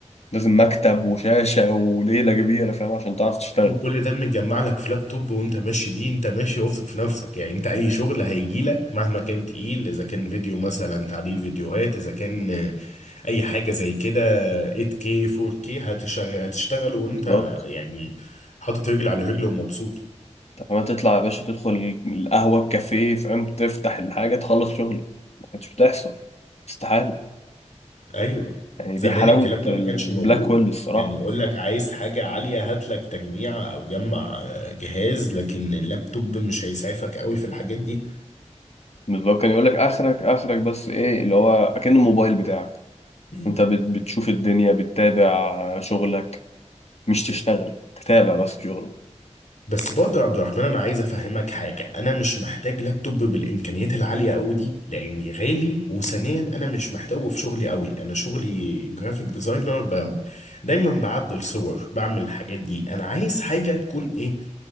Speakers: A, on the left (about 60°); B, on the left (about 85°).
A: لازم مكتب وشاشة وليلة كبيرة فاهم عشان تعرف تشتغل
B: وكل ده متجمع لك في لابتوب وانت ماشي بيه انت ماشي واثق في نفسك يعني انت اي شغل هيجي لك مهما كان تقيل اذا كان فيديو مثلا تعديل فيديوهات اذا كان آه، اي حاجة زي كده 8K 4K هتشغل هتشتغل وانت
A: بالظبط
B: يعني حاطط رجل على رجل ومبسوط
A: طب ما تطلع يا باشا تدخل القهوة الكافيه فاهم تفتح الحاجة تخلص شغل ما كانتش بتحصل استحالة
B: ايوه
A: يعني
B: زمان
A: دي حلاوة
B: الكلام ده
A: البلاك
B: ما كانش موجود
A: ويل الصراحة
B: كان يقول لك عايز حاجة عالية هات لك تجميعة او جمع آه، جهاز لكن اللابتوب مش هيسعفك قوي في الحاجات دي
A: اللي هو كان يقول لك آخرك آخرك بس إيه اللي هو أكن الموبايل بتاعك
B: مم.
A: أنت بت بتشوف الدنيا بتتابع شغلك مش تشتغل تتابع بس شغلك
B: بس برضه يا عبد الرحمن انا عايز افهمك حاجة انا مش محتاج لابتوب بالامكانيات العالية قوي دي لاني غالي وثانيا انا مش محتاجه في شغلي قوي انا شغلي جرافيك ديزاينر ب... دايما بعدل صور بعمل الحاجات دي انا عايز حاجة تكون ايه